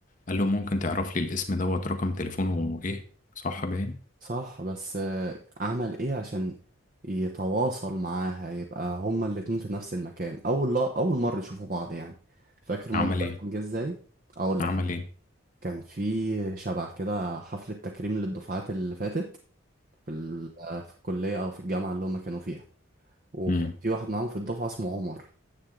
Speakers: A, on the left; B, on the right.
A: قال له ممكن تعرف لي الاسم دوت رقم تليفونه ايه صح باين
B: صح بس آه، عمل ايه عشان يتواصل معاها يبقى هما الاتنين في نفس المكان اول لا اول مرة يشوفوا بعض يعني فاكر الموضوع
A: عمل
B: ده
A: ايه
B: كان جه ازاي اقول
A: عمل
B: لك
A: ايه
B: كان في شبع كده حفلة تكريم للدفعات اللي فاتت في ال- آه، في الكلية او في الجامعة اللي هما كانوا فيها وكان
A: مم.
B: في واحد معاهم في الدفعة اسمه عمر